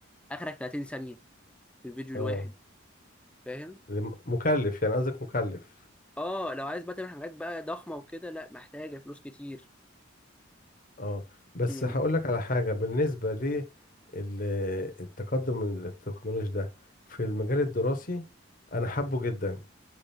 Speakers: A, in the centre; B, on the left.
A: أخرج 30 ثانية في الفيديو
B: اه
A: الواحد فاهم؟
B: الم- مكلف يعني قصدك مكلف
A: اه لو عايز بقى تعمل حاجات بقى ضخمة وكده لا محتاجة فلوس كتير
B: اه بس
A: امم
B: هقول لك على حاجة بالنسبة للتقدم التكنولوجي ده في المجال الدراسي أنا حابه جدا